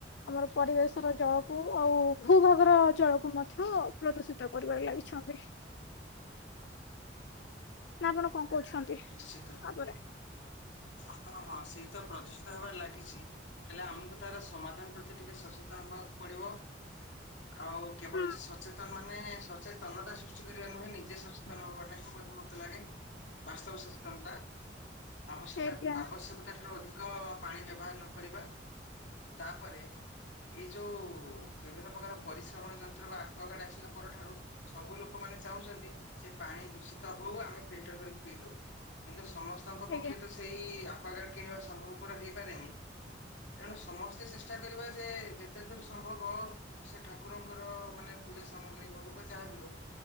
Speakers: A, on the left; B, on the left.
A: ଆମର ପରିବେଶର ଜଳକୁ ଆଉ ଭୂଭାଗର ଜଳକୁ ମଧ୍ୟ ପ୍ରଦୂଷିତ କରିବାରେ ଲାଗିଛି। ଛୁଟି ନା ଆପଣ କଣ କହୁଛନ୍ତି?
B: ନିଶ୍ଚିତ
A: ତାପରେ
B: ହଁ ହଁ ସେଇତ ପ୍ରଦୂଷିତ ହେବାରେ ଲାଗିଛି। ହେଲେ ଆମକୁ ତାର ସମାଧାନ ପ୍ରତି ଟିକେ ସଚେତନ ହବାକୁ ପଡିବ। ଆଉ କେବଳ
A: ହୁଁ
B: ଯେ ସଚେତନ ମାନେ ସଚେତତନତା ସୃଷ୍ଟି କରିବା ନୁହେଁ ନିଜ ସଚେତନ ହବାଟା ହିଁ ମତେ ଲାଗେ। ବାସ୍ତବ ସଚେନତା ଆବଶ୍ୟକ
A: ଆଜ୍ଞା
B: ଆବଶ୍ୟକତା ଠାରୁ ଅଧିକ। କ ପାଣି ବ୍ୟବହାର ନ କରିବା ତାପରେ। ଏଇ ଯୋଉ ବିଭିନ୍ନ ପ୍ରକାର ପରିଶ୍ରମଣ ଯନ୍ତ୍ର ବା ଆକ୍ୱାଗାର୍ଡ ଆସିବା ପରଠାରୁ। ସବୁ ଲୋକମାନେ ଚାହୁଁଛନ୍ତି ସେ ପାଣି ଦୂଷିତ ହଉ ଆମେ ଫିଲଟର କରି ପିଇ ଦବ କିନ୍ତୁ ସମସ୍ତଙ୍କ
A: ଆଜ୍ଞା
B: ପକ୍ଷେ ତ ସେଇ ଆକ୍ୱାଗର୍ଡ କିଣିବା ସମ୍ଭବ ପର ହେଇପାରେନି। ତେଣୁ ସମସ୍ତେ ଚେଷ୍ଟା କରିବା ଯେ ଯେତେ ଦୂର ସମ୍ଭବ। ସେ ଠାକୁରଙ୍କର ମାନେ ପୂଜା ସାମଗ୍ରୀ ହଉ ବା ଯାହା ବି ହଉ।